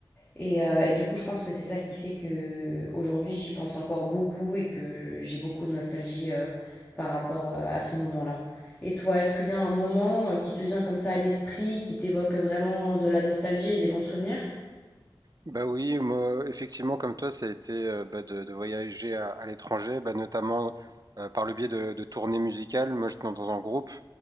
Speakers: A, on the left; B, on the right.
A: Et, euh, et du coup, je pense que c'est ça qui fait que aujourd'hui, j'y pense encore beaucoup et que j'ai beaucoup de nostalgie euh, par rapport euh, à ce moment-là. Et toi, est-ce qu'il y a un moment euh, qui te vient comme ça à l'esprit, qui t'évoque vraiment de la nostalgie et des bons souvenirs?
B: Bah oui, moi, effectivement, comme toi, ça a été euh, bah, de, de voyager à, à l'étranger, bah, notamment euh, par le biais de, de tournées musicales. Moi, j'étais dans un groupe,